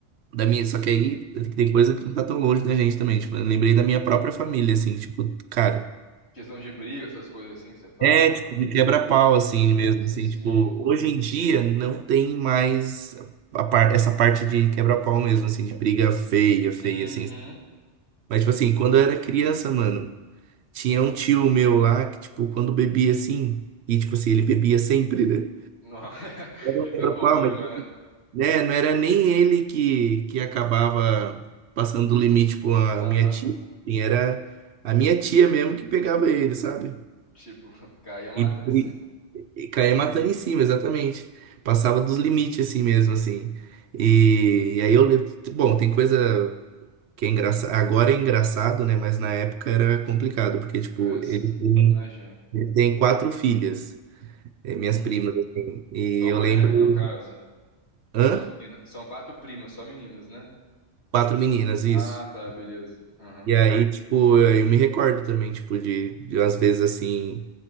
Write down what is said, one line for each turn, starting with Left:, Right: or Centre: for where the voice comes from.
Right: Da minha, só que aí tem coisa que não tá tão longe da gente também. Tipo, eu lembrei da minha própria família, assim, tipo, cara.
Left: Questão de briga, essas coisas assim que você fala?
Right: É, tipo, de quebra-pau, assim
Left: Ah,
Right: mesmo.
Left: sim.
Right: Assim, tipo, hoje em dia não tem mais a par- essa parte de quebra-pau mesmo, assim, de briga feia, feia,
Left: Uhum.
Right: assim. Mas, tipo, assim, quando eu era criança, mano, tinha um tio meu lá que, tipo, quando bebia assim, e, tipo, assim, ele bebia sempre, né?
Left: Nossa, <laughs>
Right: Era
Left: isso
Right: um quebra-pau,
Left: é um problema,
Right: mas
Left: né?
Right: né? Não era nem ele que, que acabava passando do limite com a
Left: Aham.
Right: minha tia. Assim, era a minha tia mesmo que pegava ele, sabe?
Left: Tipo, caía matando
Right: E, e,
Left: em cima.
Right: e caía matando em cima, exatamente. Passava dos limites assim mesmo, assim. E, e aí eu. le- Bom, tem coisa que é engraçada. Agora é engraçado, né? Mas na época era complicado, porque, tipo,
Left: É, sim.
Right: eles têm
Left: Imagina.
Right: ele tem quatro filhas, eh, minhas
Left: Uhum.
Right: primas, assim. E
Left: Só
Right: eu
Left: mulher,
Right: lembro.
Left: no caso.
Right: Hã?
Left: Só menina. São quatro primas, só meninas, né?
Right: Quatro meninas, isso.
Left: Ah, tá, beleza. Aham.
Right: E aí, tipo, eu me recordo também, tipo, de, de às vezes assim,